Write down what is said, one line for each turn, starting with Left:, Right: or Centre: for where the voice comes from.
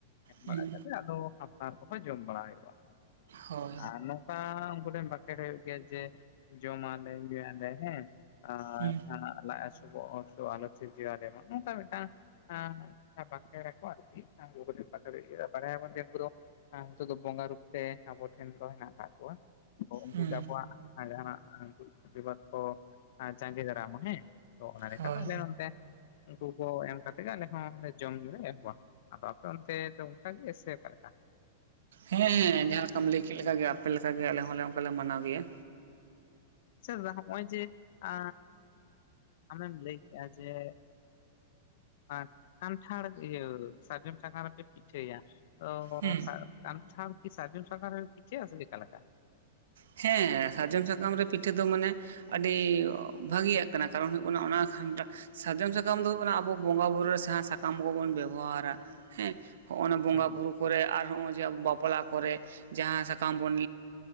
Left: ᱮᱢ
Right: ᱦᱩᱸ
Left: ᱵᱟᱲᱟ ᱠᱟᱛᱮ ᱟᱫᱚ ᱟᱯᱱᱟᱨ ᱠᱚᱦᱚᱸ ᱡᱚᱢ ᱵᱟᱲᱟ ᱦᱩᱭᱩᱜᱼᱟ᱾
Right: ᱦᱳᱭ
Left: ᱟᱨ ᱱᱚᱝᱠᱟ ᱩᱱᱠᱩ ᱴᱷᱮᱱ ᱵᱟᱠᱷᱮᱲ ᱦᱩᱭᱩᱜ ᱜᱮᱭᱟ ᱡᱮ ᱡᱚᱢᱟᱞᱮ ᱧᱩᱭᱟᱞᱮ ᱦᱮᱸ ᱟᱨ
Right: ᱦᱩᱸ
Left: ᱡᱟᱦᱟᱸᱱᱟᱜ ᱞᱟᱡ ᱦᱟᱹᱥᱩ ᱵᱚᱦᱚᱜ ᱦᱟᱹᱥᱩ ᱟᱞᱚ ᱥᱤᱨᱡᱟᱹᱣᱟᱞᱮ ᱢᱟ ᱱᱚᱝᱠᱟ ᱢᱤᱫᱴᱟᱝ ᱦᱮᱸ ᱵᱟᱠᱷᱮᱲ ᱟᱠᱚ ᱟᱨ ᱠᱤ <unintelligible> ᱵᱟᱲᱟᱭ ᱟᱵᱚᱱ ᱡᱮ ᱩᱱᱠᱩ ᱫᱚ ᱱᱤᱛᱚᱜ ᱫᱚ ᱵᱚᱸᱜᱟ ᱨᱩᱯ ᱛᱮ ᱟᱵᱚ ᱴᱷᱮᱱ ᱫᱚ ᱦᱮᱱᱟᱜ ᱟᱠᱟᱫ ᱠᱚᱣᱟ ᱩᱱᱠᱩ
Right: ᱦᱩᱸ
Left: ᱜᱮ ᱟᱵᱚᱣᱟᱜ ᱟᱨ ᱡᱟᱦᱟᱸᱱᱟᱜ ᱫᱩᱠᱷ ᱵᱤᱯᱚᱫ ᱠᱚ ᱡᱟᱸᱜᱮ ᱫᱟᱨᱟᱢᱟ ᱦᱮᱸ ᱛᱚ ᱚᱱᱟ ᱞᱮᱠᱟᱞᱮ
Right: ᱦᱳᱭ
Left: ᱟᱞᱮ ᱱᱚᱱᱛᱮ ᱩᱱᱠᱩ ᱠᱚ ᱮᱢ ᱠᱟᱛᱮ ᱜᱮ ᱟᱞᱮ ᱦᱚᱸ ᱡᱚᱢ ᱧᱩ ᱞᱮ ᱮᱦᱚᱵᱟ᱾ ᱟᱫᱚ ᱟᱯᱮ ᱚᱱᱛᱮ ᱫᱚ ᱚᱱᱠᱟᱜᱮ ᱥᱮ ᱚᱠᱟᱞᱮᱠᱟ?
Right: ᱦᱮᱸ ᱡᱟᱦᱟᱸ ᱞᱮᱠᱟᱢ ᱞᱟᱹᱭ ᱠᱮᱫ ᱞᱮᱠᱟᱜᱮ ᱟᱯᱮ ᱞᱮᱠᱟᱜᱮ ᱟᱞᱮ ᱦᱚᱸᱞᱮ ᱚᱱᱠᱟ ᱞᱮ ᱢᱟᱱᱟᱣ ᱜᱮᱭᱟ᱾
Left: ᱟᱪᱪᱷᱟ, ᱫᱟᱫᱟ ᱦᱚᱸᱜᱼᱚᱭ ᱡᱮ ᱟᱻ ᱟᱢᱮᱢ ᱞᱟᱹᱭ ᱠᱮᱜ-ᱟ ᱡᱮ ᱟᱨ ᱠᱟᱱᱴᱷᱟᱲ ᱤᱭᱟᱹ ᱥᱟᱨᱡᱚᱢ ᱥᱟᱠᱟᱢ ᱨᱮᱯᱮ ᱯᱤᱴᱷᱟᱹᱭᱟ ᱛᱚ
Right: ᱦᱩᱸ
Left: ᱠᱟᱱᱴᱷᱟᱲ ᱠᱤ ᱥᱟᱨᱡᱚᱢ ᱥᱟᱠᱟᱢ ᱨᱮᱯᱮ ᱯᱤᱴᱷᱟᱹᱭᱟ ᱥᱮ ᱪᱤᱠᱟᱹ ᱞᱮᱠᱟ?
Right: ᱦᱮᱸ ᱥᱟᱨᱡᱚᱢ ᱥᱟᱠᱟᱢ ᱨᱮ ᱯᱤᱴᱷᱟᱹ ᱫᱚ ᱢᱟᱱᱮ ᱟᱹᱰᱤ ᱵᱷᱟᱹᱜᱤᱭᱟᱜ ᱠᱟᱱᱟ ᱠᱟᱨᱚᱱ ᱦᱩᱭᱩᱜ ᱠᱟᱱᱟ ᱚᱱᱟ ᱠᱷᱟᱱ ᱥᱟᱨᱡᱚᱢ ᱥᱟᱠᱟᱢ ᱫᱚ ᱦᱩᱭᱩᱜ ᱠᱟᱱᱟ ᱟᱵᱚ ᱵᱚᱸᱜᱟᱼᱵᱩᱨᱩ ᱨᱮ ᱡᱟᱦᱟᱸ ᱥᱟᱠᱟᱢ ᱠᱚᱵᱚᱱ ᱵᱮᱵᱚᱦᱟᱨᱟ ᱦᱮᱸ᱾ ᱦᱚᱜᱼ ᱱᱟ ᱵᱚᱸᱜᱟ
Left: ᱦᱩᱸ
Right: ᱵᱩᱨᱩ ᱠᱚᱨᱮ ᱟᱨ ᱦᱚᱸᱜᱚᱭ ᱡᱮ ᱟᱵᱚ ᱵᱟᱯᱞᱟ ᱠᱚᱨᱮ ᱡᱟᱦᱟᱸ ᱥᱟᱠᱟᱢ ᱵᱚᱱ